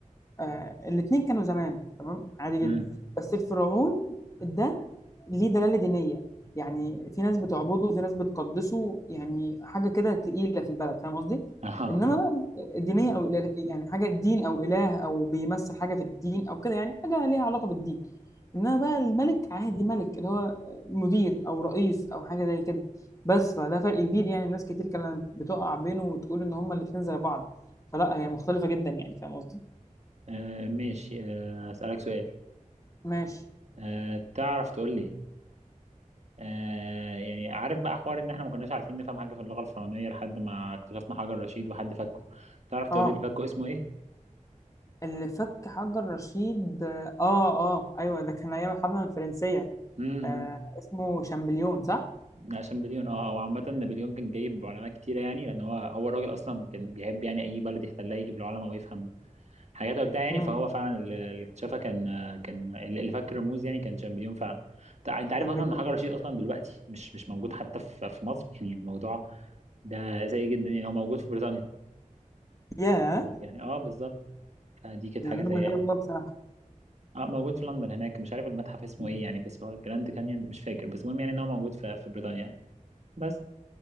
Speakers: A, on the left; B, on the right.
A: آه الاثنين كانوا زمان تمام عادي جدا
B: مم.
A: بس الفرعون ده ليه دلالة دينية يعني في ناس بتعبده وفي ناس بتقدسه يعني حاجة كده تقيلة في البلد فاهم قصدي؟
B: <laughs>
A: انما
B: اه
A: بقى دينية او إله يعني حاجة دين او اله او بيمثل حاجة في الدين او كده يعني حاجة ليها علاقة بالدين انما بقى الملك عادي ملك اللي هو مدير او رئيس او حاجة زي كده بس فده فرق كبير يعني ناس كتير كانت بتقع بينه وتقول ان هما الاتنين زي بعض فلا هي مختلفة جدا يعني فاهم قصدي؟
B: آه، ماشي آه اسألك سؤال
A: ماشي
B: آه تعرف تقول لي آه يعني عارف بقى حوار ان احنا ما كناش عارفين نفهم حاجه في اللغه الفرعونيه لحد ما اكتشفنا حجر رشيد وحد فكه تعرف تقولي
A: اه
B: الفكه اسمه ايه
A: اللي فك حجر رشيد اه اه ايوه ده كان ايام الحمله الفرنسيه
B: امم
A: آه اسمه شامبليون صح؟
B: لا، شامبليون اه او عامه نابليون كان جايب علماء كتيره يعني لان هو هو الراجل اصلا كان بيحب يعني اي بلد يحتلها يجيب العلماء ويفهم حاجات وبتاع يعني
A: امم
B: فهو فعلا اللي اللي اكتشفها كان كان اللي فك الرموز يعني كان شامبليون فعلا تع- انت عارف
A: شامبليون
B: اصلا ان حجر رشيد اصلا دلوقتي مش مش موجود حتى في في مصر يعني الموضوع ده سيء جدا يعني هو موجود في بريطانيا
A: ياه
B: يعني اه بالظبط فدي كانت
A: دي
B: حاجه
A: معلومه
B: سيئه
A: غريبه
B: يعني
A: أوي بصراحه
B: اه موجود في لندن هناك مش عارف المتحف اسمه
A: مم.
B: ايه يعني بس هو جراند كانيون مش فاكر بس المهم يعني ان هو موجود في في بريطانيا يعني. بس